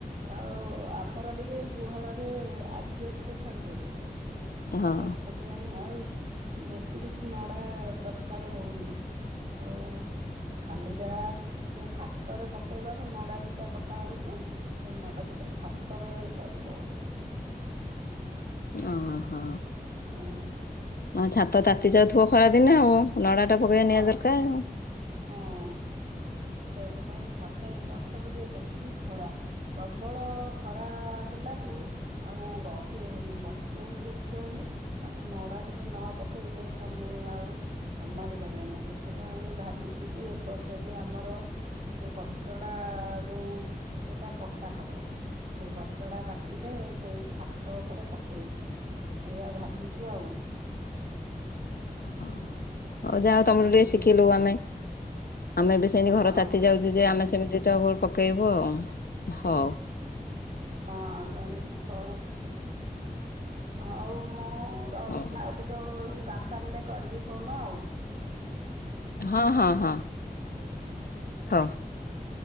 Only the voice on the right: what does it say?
ଆଉ ଆମର ଟିକେ ଗୁହାଳରେ ଆଜବେଷ୍ଟେ ଟା ଛାଣି କରିଦେଇ ଦୋଉଛନ
ଆଉ ସେଥି ପାଇଁ ଆଉ ବେଶୀ କିଛି ନଡା ଦରକାର ହୋଉନି। ଆଉ ଖାଲି ଯାହା ଟିକେ ଛାତରେ ପକେଇବାକୁ ନଡା ଦିଟା କଟା ହଉଚି ସେ ନଡା ଦିଟା ଛାତରେ ପ ବୋଲି କି।
ହୁଁ
ହଁ
ହଁ। ସେଇଥିପାଇଁ ଛାତ ଏ ବର୍ଷ ଟିକେ ବେଶୀ ଖରା ପ୍ରବଳ ଖରା ହେଲା ଲା ଠୁ ଆଉ ରହି ହଉନି ବସି ହଉନି କି ଉଠି ହଉନି ତାକୁ ନଡା ଟିକେ ନ ପକେଇଲେ ଲେ ତମେ ଆଉ ସମାଳି ପାରିବନି ସେଥିପାଇଁ ଭାବିଚୁ ବି ଏ ବର୍ଷ ବି ଆମର ଟିକେ କଚଡ଼ା ଆଁ ଯୋଉ ଗୋଟା କଟା ହବ ସେଇ କଚଡ଼ା କାଟିଲେ ସେଇ ଛାତ ଉପରେ ପକେଇବୁ ଏଇଆ ଭାବିଚି ଆଉ।
ହୁଁ
ହଁ
ହଁ ସେମିତି ହଉ। ହଉ ମୁଁ ରହୁଚି
ଆଉ ଟିକେ ବଳୁ କାମ ସାରିଲେ କରିବି ଫୋନ ଆଉ।
<inaudible>